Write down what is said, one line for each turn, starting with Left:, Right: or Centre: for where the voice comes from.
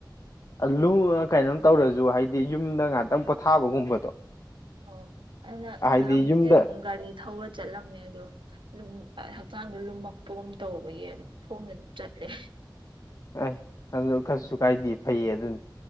Left: ꯂꯨ ꯀꯩꯅꯣꯝ ꯇꯧꯔꯁꯨ ꯍꯥꯏꯗꯤ ꯌꯨꯝꯗ ꯉꯥꯛꯇꯪ ꯄꯣꯊꯥꯕꯒꯨꯝꯕꯗꯣ
Right: ꯑꯎ
Left: ꯍꯥꯏꯗꯤ
Right: ꯅꯍꯥꯟꯃꯨꯛꯇꯤ
Left: ꯌꯨꯝꯗ
Right: ꯑꯗꯨꯝ ꯒꯥꯔꯤ ꯊꯧꯔ ꯆꯠꯂꯝꯃꯦ ꯑꯗꯣ ꯂꯨꯝ ꯍꯛꯆꯥꯡꯁꯦ ꯂꯨꯝꯃꯛꯄꯒꯨꯝ ꯇꯧꯕꯒꯤ ꯑꯗꯨꯝ ꯈꯣꯡꯅ ꯑꯗꯨꯝ ꯆꯠꯂꯦ
Left: ꯑꯩ ꯑꯗꯨ ꯀꯩꯁꯨ ꯀꯥꯏꯗꯦ ꯐꯩꯌꯦ ꯑꯗꯨꯅꯤ